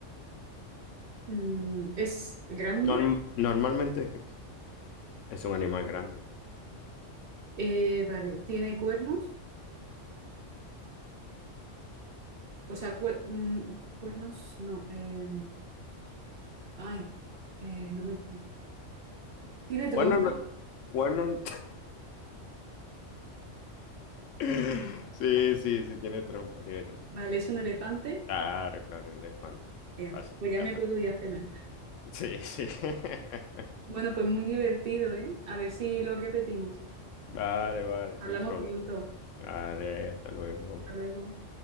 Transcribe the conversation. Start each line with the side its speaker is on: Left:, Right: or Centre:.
Right: Mm, es grande.
Left: Norm- normalmente es gris. Es un animal grande.
Right: eh, vale, tiene cuernos. O sea, cuer- mm, cuernos, no. em, ay, eh, no me... Tiene trompa.
Left: Cuernos, no- cuernos. <laughs> Sí, sí, sí, tiene trompa, tiene trompa.
Right: Vale, es un elefante.
Left: Claro, claro, elefante.
Right: Ya,
Left: Facilita,
Right: pues ya me
Left: fa-
Right: puedo ir a cenar.
Left: Sí, sí. <laughs>
Right: Bueno, pues muy divertido, ¿eh? A ver si lo repetimos.
Left: Vale, vale,
Right: Hablamos
Left: sin problema.
Right: pronto.
Left: Vale, hasta luego.
Right: Hasta luego.